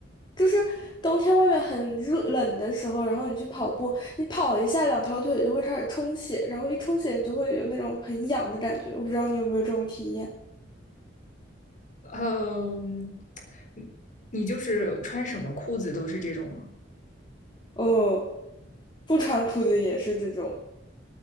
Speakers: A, on the left; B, on the left.
A: 就是冬天外面很热冷的时候，然后你去跑步，你跑一下两条腿就会开始充血，然后一充血你就会有那种很痒的感觉，我不知道你有没有这种体验？
B: 嗯，你你就是穿什么裤子都是这种吗？
A: 哦，不穿裤子也是这种。